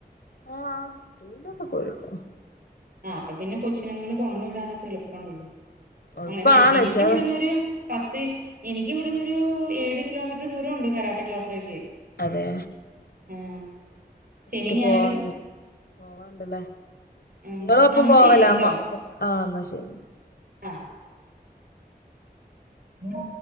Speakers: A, on the left (about 70°); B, on the right (about 65°).
A: ആ ട്യൂവിലർ ഒക്കെ ഒടിക്കും
B: ആ് അപ്പൊ പിന്നെ കൊച്ചുിനങ്ങള്ൾ കൊണന്നു വിടാനൊക്കെ എളുപ്പമ ഉണ്ടള്ളു
A: എളുപ്പാണ്
B: അങ്ങനെയാ എനിക്ക്
A: പക്ഷെ
B: ഇവിടന്നൊരു പത്ത് എനിക്ക് ഇവിവിടുന്നൊരു ഏഴ് കിലോമീറ്റർ ദൂരം ഉണ്ട് കരാട്ട ക്ലാസ്സിലേക്ക്
A: അതെ
B: ആഹ് ശനി
A: കുട്ടി
B: ഞായറും
A: പോവാൻ പോവാൻ ല്ല
B: ഉം
A: നിങ്ങളും അപ്പം
B: അന്നാ
A: പോവല
B: ശരിട്ടോ
A: അ ആ എന്നാ ശരി
B: ആ ഉ ഉ